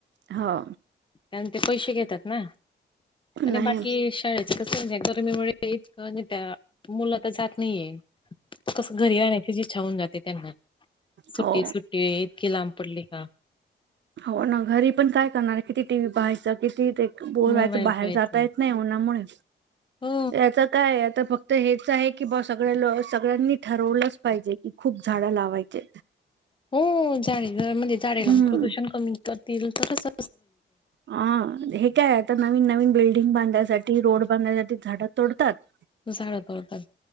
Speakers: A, on the right; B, on the left.
A: हो
B: त्यान ते पैशे घेतात ना आणि
A: नाही
B: बाकी शाळेच कस सध्या गर्मीमुळे ते इचक नं त्या मुल त जात नाहीये. कसं घरी राहण्याचीच इच्छा होउन जाते त्यांना सुट्टी
A: हो
B: सुट्टी इतकी लांब पडली का
A: हो ना घरी पण काय करणार किती टी, व्ही, पाहायचं किती ते. बोलवायचं
B: मोबाईल
A: बाहेर
B: पाहायचा
A: जाता येत नाही उन्हामुळे.
B: हो.
A: याचा काय आता फक्त हेच आहे की बाऊ सगळ्या लो सगळ्यांनी ठरवलंच पाहिजे कि खूप झाडं लावायचे.
B: हम्म. चालेल. म्हणजे झाडे लाऊन
A: हम्म
B: प्रदूषण कमी. करतील का तस.
A: हा हे काय आता नवीन-नवीन बिल्डिं बिल्डिंग बांधण्यासाठी, रोड बांधण्यासाठी झाडं तोडतात.
B: खूप झाड तोडतात.